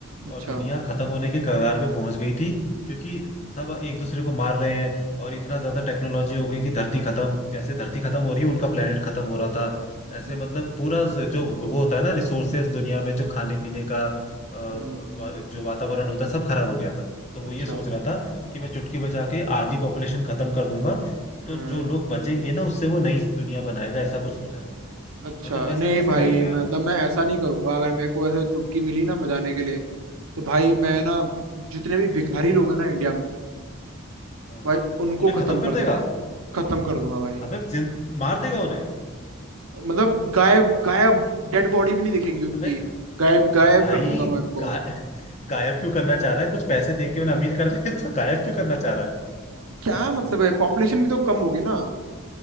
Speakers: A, on the left; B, on the right.
A: और
B: अच्छा
A: दुनिया खत्म होने के कगार पे पहुंच गई थी क्योंकि सब एक दूसरे को मार रहे हैं और इतना ज्यादा टेक्नोलॉजी हो गई कि धरती खत्म जैसे धरती खत्म हो रही है उनका प्लेनेट खत्म हो रहा था ऐसे
B: हम्म
A: मतलब पूरा स- जो वो होता है ना रिसोर्सेज दुनिया में जो खाने पीने का अ, वा-
B: हम्म,
A: जो वातावरण होता है सब खराब हो गया था तो वो
B: अच्छा
A: ये सोच रहा था कि मैं चुटकी बजा के आधी पॉपुलेशन खत्म कर दूंगा तो
B: हम्म
A: जो लोग बचेंगे ना उससे वो नई दुनिया बनाएगा ऐसा कुछ सोचा था उसने
B: अच्छा
A: मगर वैसा
B: नहीं
A: कैसे
B: भाई
A: करेगा यार
B: मतलब मैं ऐसा नहीं करूंगा अगर मेरे को ऐसे चुटकी मिली
A: हम्म,
B: ना बजाने के लिए तो भाई मैं ना जितने भी भिखारी लोग हैं ना इंडिया में
A: हाँ
B: भाई उनको
A: उन्हें खत्म
B: खत्म
A: कर
B: कर
A: देगा
B: दूंगा खत्म कर दूंगा भाई
A: अबे जिन, मार देगा उन्हें
B: मतलब गायब गायब डेड बॉडी भी नहीं दिखेगी उनकी
A: अबे
B: गायब गायब
A: अब भाई
B: कर दूंगा मैं उनको
A: गा, गायब क्यों करना चाह रहा है कुछ पैसे दे के उन्हें अमीर कर दे तो गायब क्यों करना चाह रहा है
B: क्या मतलब है पॉपुलेशन भी तो कम होगी ना